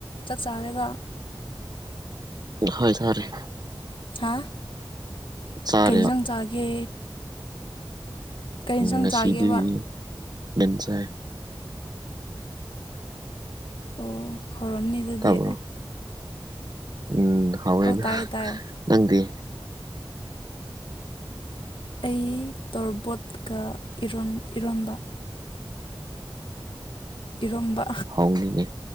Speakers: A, on the left; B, on the right.
A: ꯆꯥꯛ ꯆꯥꯔꯦꯒꯣ
B: ꯍꯣꯏ ꯆꯥꯔꯦ
A: ꯍꯥ
B: ꯆꯥꯔꯦꯕ
A: ꯀꯩ ꯌꯦꯟꯁꯥꯡ ꯆꯥꯒꯦ ꯀꯩ ꯏꯟꯁꯥꯡ
B: ꯉꯁꯤꯗꯤ
A: ꯆꯥꯒꯦꯕ
B: ꯌꯦꯟ ꯆꯥꯏ
A: ꯑꯣ ꯍꯥꯎꯔꯝꯅꯤ ꯑꯗꯨꯗꯤ
B: ꯇꯥꯕ꯭ꯔꯣ ꯎꯝ ꯍꯥꯎꯑꯦ
A: ꯑꯣ
B: ꯑꯗꯣ
A: ꯇꯥꯏ ꯇꯥꯏ
B: ꯅꯪꯗꯤ
A: ꯑꯩ ꯇꯣꯔꯕꯣꯠꯀ ꯏꯔꯣꯟ ꯏꯔꯣꯟꯕ ꯏꯔꯣꯝꯕ
B: ꯍꯣꯡꯅꯤꯅꯦ